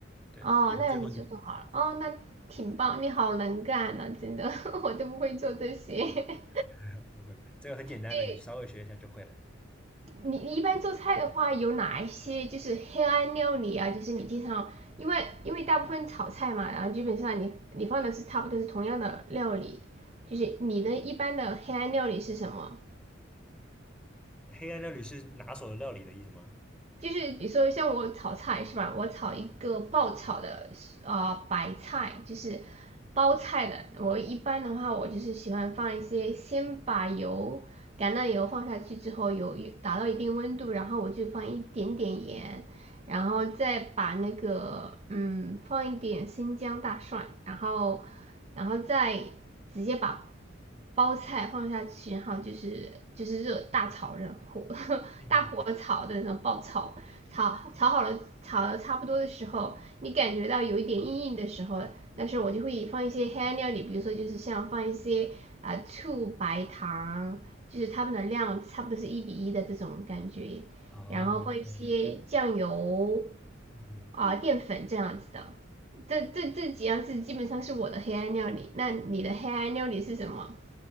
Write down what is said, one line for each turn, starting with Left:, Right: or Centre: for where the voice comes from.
Centre: 对的，
Right: 哦，
Centre: 然后最后你
Right: 那样子就做好了。哦，那挺棒，你好能干呐、真的，<laughs> 我都不会做这些。<laughs>
Centre: <laughs> 不会，这个很简单的，
Right: 对，
Centre: 你稍微学一下就会了。
Right: 你你一般做菜的话，有哪一些就是黑暗料理啊？就是你经常，因为因为大部分炒菜嘛，然后基本上你你放的是差不多是同样的料理，就是你的一般的黑暗料理是什么？
Centre: 黑暗料理是拿手的料理的意思吗？
Right: 就是比如说像我炒菜是吧？我炒一个爆炒的啊白菜，就是包菜的。我一般的话，我就是喜欢放一些，先把油橄榄油放下去之后，油达到一定温度，然后我就放一点点盐，然后再把那个嗯放一点生姜大蒜，然后然后再直接把包菜放下去，然后就是就是热大炒热火 <laughs>
Centre: 嗯哼，
Right: 大火炒的那种爆炒，炒炒好了炒的差不多的时候，你感觉到有一点硬硬的时候，但是我就会放一些黑暗料理，比如说就是像放一些啊、呃醋、白糖，就是它们的量差不多是一比一的这种感觉，
Centre: 哦，OK，
Right: 然后放一些酱油
Centre: 嗯哼。
Right: 啊、淀粉这样子的。这这这几样是基本上是我的黑暗料理，那你的黑暗料理是什么？